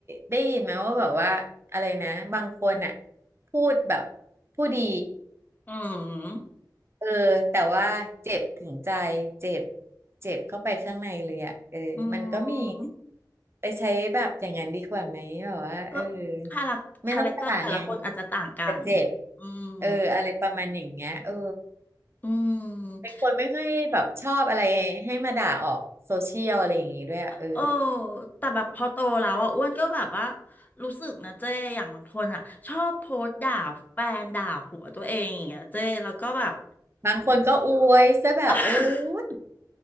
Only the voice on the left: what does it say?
อืม
อืม
ก็คาแรคคาแรคเตอร์แต่ละคนอาจจะต่างกัน
อืม
อืม
เออแต่แบบพอโตแล้วอ่ะอ้วนก็แบบว่ารู้สึกนะเจ้อย่างบางคนอ่ะชอบโพสต์ด่าแฟนด่าผัวตัวเองอย่างเงี้ยเจ้แล้วก็แบบ
<laughs>